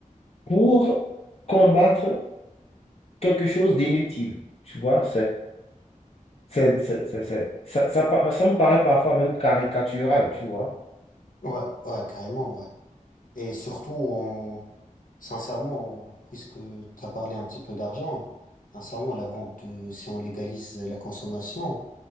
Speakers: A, on the left; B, on the left.
A: pour combattre quelque chose d'inutile. Tu vois, c'est- c'est- c'est- c'est- ça, ça, pa- ça me paraît parfois même caricatural, tu vois.
B: Ouais, ouais, carrément ouais. Et surtout on sincèrement puisque tu as parlé un petit peu d'argent, sincèrement la vente de si on légalise la consommation,